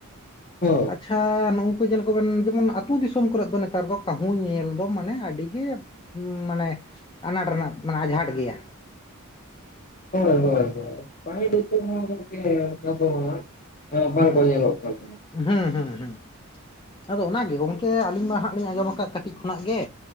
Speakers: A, on the left; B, on the left.
A: ᱦᱳᱭ
B: ᱟᱪᱪᱷᱟ ᱱᱩᱝᱠᱩ ᱧᱮᱞ ᱠᱚᱵᱮᱱ ᱡᱮᱢᱚᱱ ᱟᱹᱛᱩ ᱫᱤᱥᱚᱢ ᱠᱚᱨᱮᱜ ᱫᱚ ᱱᱮᱛᱟᱨ ᱫᱚ ᱠᱟᱹᱦᱩ ᱧᱮᱞ ᱫᱚ ᱢᱟᱱᱮ ᱟᱹᱰᱤ ᱜᱮ <unintelligible> ᱢᱟᱱᱮ ᱟᱱᱟᱴ ᱨᱮᱱᱟᱜ ᱢᱟᱱᱮ ᱟᱸᱡᱷᱟᱴ ᱜᱮᱭᱟ᱾
A: ᱦᱳᱭ ᱦᱳᱭ ᱦᱳᱭ ᱠᱟᱹᱢᱤ ᱫᱩᱠᱩ ᱦᱚᱸ ᱜᱚᱝᱠᱮ ᱚᱝᱠᱟ ᱫᱚ ᱦᱟᱸᱜ <unintelligible> ᱵᱟᱝ
B: ᱦᱩᱸ
A: ᱠᱚ ᱧᱮᱞᱚᱜ ᱠᱟᱱ ᱛᱟᱦᱮᱸ
B: ᱦᱩᱸ ᱦᱩᱸ ᱦᱩᱸ ᱟᱫᱚ ᱚᱱᱟᱜᱮ ᱜᱚᱝᱠᱮ ᱟᱹᱞᱤᱧ ᱢᱟ ᱦᱟᱸᱜ ᱞᱤᱧ ᱟᱸᱡᱚᱢ ᱟᱠᱟᱫ ᱠᱟᱹᱴᱤᱡ ᱠᱷᱚᱱᱟᱜ ᱜᱮ